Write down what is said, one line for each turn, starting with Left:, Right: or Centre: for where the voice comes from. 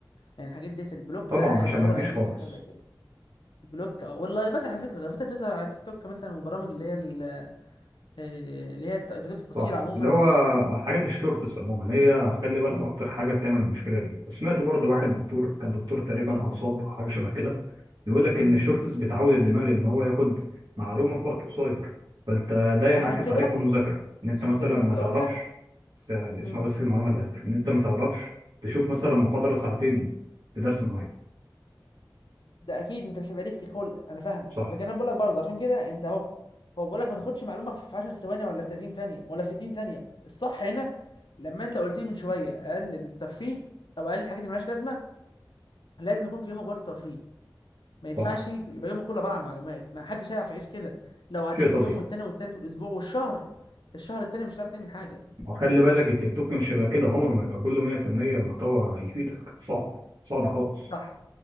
Left: يعني الحاجات دي البلوك
Right: طبعا
Left: ده
Right: عشان
Left: هيبقى
Right: ما
Left: هو
Right: نجيش
Left: الانسب
Right: خالص
Left: في حاجه زي كده البلوك اه واللايفات على فكره اللايفات اللي بتظهر على تيك توك مثلا والبرامج اللي هي ال- آه، اللي هي الت- الفيديوهات القصيره
Right: صح
Left: عموما
Right: اللي هو حاجات الشورتس عموما هي خلي بالك
Left: مم.
Right: اكتر حاجه بتعمل المشكله دي وسمعت برضو واحد دكتور كان دكتور تقريبا اعصاب او حاجه شبه كده بيقول لك
Left: مم.
Right: ان الشورتس بتعود الدماغ ان هو ياخد معلومه في وقت قصير فانت ده ينعكس
Left: عشان كده
Right: عليك في المذاكره ان انت
Left: عشان
Right: مثلا
Left: كده انا
Right: ما
Left: جيت
Right: تعرفش
Left: اقول لك
Right: س- اسمع
Left: مم.
Right: بس المعلومه للاخر ان انت ما تعرفش تشوف مثلا محاضره ساعتين في درس معين
Left: ده اكيد انت مش هيبقى ليك خلق انا فاهمك
Right: صح
Left: لكن انا بقول لك برضه عشان كده انت اهو هو بقول لك ما تاخدش معلومه في 10 ثواني ولا في 30 ثانيه ولا في 60 ثانيه الصح هنا لما انت قلت لي من شويه اقل الترفيه او اقل الحاجات اللي مالهاش لازمه لازم يكون في يومك برضه ترفيه ما ينفعش
Right: صح
Left: يبقى يومك كله عباره عن معلومات ما حدش هيعرف يعيش كده لو عديت
Right: شيء طبيعي
Left: اليوم والتاني والتالت والاسبوع والشهر الشهر التاني مش هتعرف تعمل حاجه
Right: وخلي بالك التيك
Left: أكيد.
Right: توك مش هيبقى كده عمره ما يبقى كله 100% محتوى يفيدك صعب صعب خالص
Left: صح